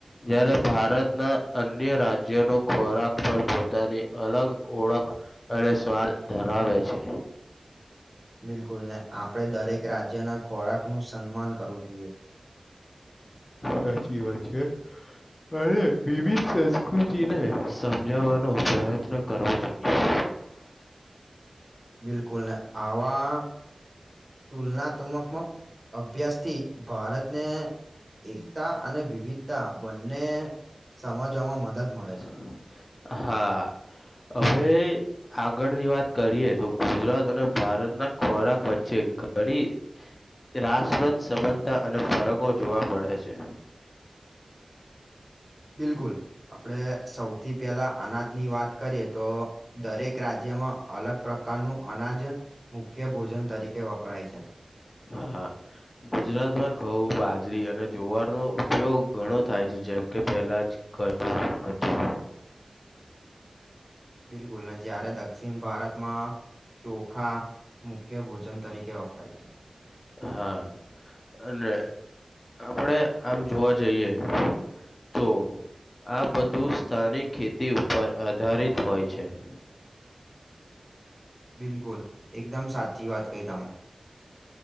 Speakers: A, on the left; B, on the right.
A: જ્યારે ભારતના અન્ય રાજ્યોનો ખોરાક પણ પોતાની અલગ ઓળખ અને સ્વાલ ધરાવે છે
B: બિલકુલ નહી આપણે દરેક રાજ્યના ખોરાકનું સન્માન કરવું જોઈએ
A: સાચી વાત છે અને વિવિધ સંસ્કૃતિને સમજાવવાનો પ્રયત્ન કરવો જોઈએ <inaudible>
B: બિલકુલ ના આવા તુલનાત્મકમક અભ્યાસથી ભારતને એકતા અને વિવિધતા બંને સમજવામાં મદદ મળે
A: <inaudible>
B: છે
A: હા હવે આ આગળની વાત કરીએ તો ગુજરાત અને ભારતના ખોરાક વચ્ચે ઘણી રાસપ્રદ સમાનતા અને ફરકો જોવા મળે છે
B: બિલકુલ આપડ સૌથી પહેલા અનાજની વાત કરીએ તો દરેક રાજ્યમાં અલગ પ્રકાર નું અનાજ મુખ્ય ભોજન તરીકે વપરાય છે
A: હા ગુજરાતમાં ઘઉ બા જરી અને જવારનો ઉપયોગ ઘણો થાય છે જેમકે પહેલા જ કર હતું
B: બિલકુલ જયારે દક્ષિણ ભારતમાં ચોખા મુખ્ય ભોજન તરીકે વપરાય છે
A: હા અને આપડે આમ જોવા જઈએ તો આ બધું સ્થાનિક ખેતી ઉપર આધારિત હોય છે <inaudible>
B: બિલકુલ એકદમ સાચી વાત કહી તમે